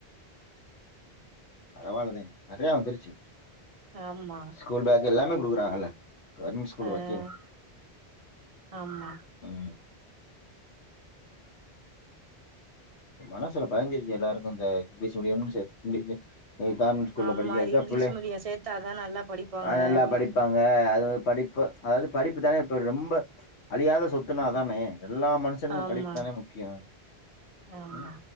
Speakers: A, on the left; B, on the right.
A: பரவால்லனே நறயா வந்துருச்சு
B: ஆமா
A: ஸ்கூல் பேக் எல்லாமே குடுக்குறாங்கல்ல கவர்மெண்ட் ஸ்கூல்
B: ஆஹ்
A: ஓகே
B: ஆமா
A: ம் மனசுல பதிஞ்சிருச்சு எல்லாருக்கு இந்த இங்கிலீஷ் மீடியம்னு <unintelligible> இ கவுர்மெண்ட் ஸ்கூல்ல
B: ஆமா
A: படிக்க வெச்சா
B: இங்கிலீஷ்
A: புள்ளே
B: மீடியம் சேத்தாதா நல்லா படிப்பாங்க
A: அ நல்லா
B: அப்டின்ற
A: படிப்பாங்க
B: மாரி
A: அது படிப் ப்ப அதாவது படிப்பு தானே இப்ப ரொம்ப அழியாத சொத்துனா
B: ம்
A: அதானே எல்லா மனுஷனுக்கு
B: ஆமா
A: படிப்புதானே முக்கியோ
B: ஆமா
A: ம்